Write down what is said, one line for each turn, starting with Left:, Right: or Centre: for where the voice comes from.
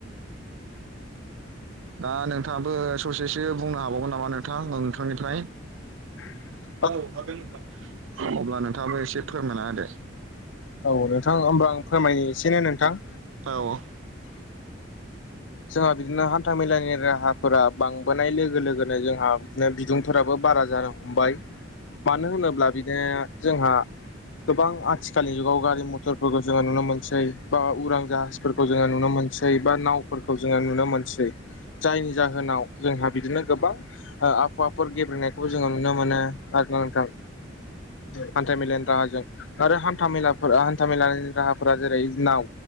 Left: <inaudible>
Right: दा नोंथाङाबो ससेसो बुंनो हाबावगोन नामा नोंथां नोंथांनिफ्राय
Left: <inaudible>
Right: औ हागोन नोंथां अब्ला नोंथाङाबो एसे फोरमायना होदो।
Left: औ नोंथां होमबा आं फोरमायनोसै ने नोंथां?
Right: औ
Left: जोंहा बिदिनो हान्था मेलानि राहाफोरा बांबोनाय लोगो लोगोनो जोंहा बिदिनो बिदुंफोराबो बारा जानो ह हमबाय मानो होनोब्ला बिदिनो जोंहा गोबां आथिखालनि जुगाव गारि मथरफोरखौ जोङो नुनो मोनसै बा उरां जाहाजफोर जोङो नुनो मोनसै बा नावफोरखौ जोङो नुनो मोन जायनि जाहोनाव जोंहा बिदिनो गोबां आबहावाफोर गेब्रेंनायखौबो जोङो नुनो मोनो। <unintelligible> हान्था मेलानि राहाजों आरो हान्था मेलाफोर हान्था मेलानि राहाफोरा जेरै नाव